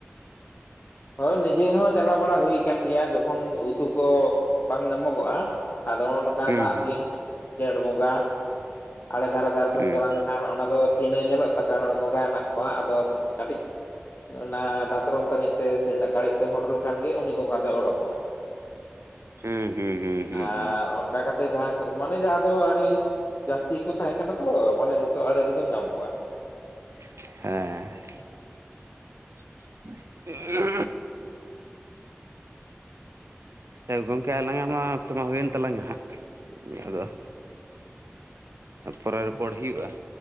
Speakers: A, on the left (about 50°); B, on the right (about 80°).
A: ᱦᱳᱭ ᱱᱤᱡᱮ ᱦᱚᱸ ᱪᱟᱞᱟᱣ ᱵᱟᱲᱟ ᱦᱩᱭᱩ ᱟᱠᱟᱱ ᱜᱮᱭᱟ ᱡᱚᱠᱷᱚᱱ ᱩᱛᱩ ᱠᱚ ᱵᱟᱝ ᱧᱟᱢᱚᱜᱚᱜ-ᱟ ᱾ ᱟᱫᱚ ᱱᱚᱜ-ᱚ ᱱᱚᱝᱠᱟ
B: ᱦᱩᱸ
A: ᱫᱟᱜ
B: ᱦᱩᱸ
A: ᱫᱤᱱ ᱡᱷᱮᱸᱴ ᱵᱚᱸᱜᱟ ᱟᱲᱮ ᱫᱷᱟᱨᱮ ᱫᱷᱟᱨᱮ ᱛᱮᱢ
B: ᱦᱩᱸ
A: ᱪᱟᱞᱟᱣ ᱞᱮᱱᱠᱷᱟᱱ ᱚᱱᱟ ᱫᱚ ᱪᱤᱱᱦᱟᱹ ᱧᱮᱞᱚᱜ ᱛᱟᱠᱚᱣᱟ ᱚᱸᱰᱮ ᱜᱚᱝᱜᱟ ᱦᱮᱱᱟᱜ ᱠᱚᱣᱟ ᱟᱫᱚ ᱠᱟᱹᱴᱤᱡ ᱚᱱᱟ ᱫᱟᱛᱨᱚᱢ ᱛᱟᱹᱱᱤᱡ ᱛᱮ ᱥᱮ ᱠᱟᱲᱮᱡ ᱛᱮᱢ ᱦᱚᱴᱚᱨ ᱞᱮᱠᱷᱟᱱ ᱜᱮ ᱩᱱᱤ ᱜᱚᱝᱜᱟ ᱫᱚᱭ ᱚᱰᱳᱚᱠᱚᱜ-ᱟ ᱾
B: ᱦᱩᱸ ᱦᱩᱸ ᱦᱩᱸ ᱦᱩᱸ
A: ᱟᱨ
B: ᱦᱩᱸ
A: ᱚᱱᱠᱟ ᱠᱟᱛᱮ ᱡᱟᱦᱟᱸ ᱠᱚ ᱢᱟᱱᱮ ᱡᱟᱦᱟᱸ ᱫᱚ ᱟᱹᱰᱤ ᱡᱟᱹᱥᱛᱤ ᱠᱚ ᱛᱟᱦᱮᱸ ᱠᱟᱱᱟ ᱛᱚ ᱢᱟᱱᱮ ᱡᱷᱚᱛᱚ ᱟᱲᱮ ᱨᱮᱜᱮᱢ ᱧᱟᱢ ᱠᱚᱣᱟ ᱾
B: ᱦᱮᱸ ᱾ <unintelligible> ᱮ ᱜᱚᱢᱠᱮ ᱟᱞᱟᱝ-ᱟᱜ ᱢᱟ ᱚᱠᱛᱚ ᱢᱟ ᱦᱩᱭᱮᱱ ᱛᱟᱞᱟᱝᱟ ᱦᱟᱸᱜ ᱟᱫᱚ ᱾ ᱯᱚᱨᱮ ᱨᱚᱯᱚᱲ ᱦᱩᱭᱩᱜ-ᱟ ᱾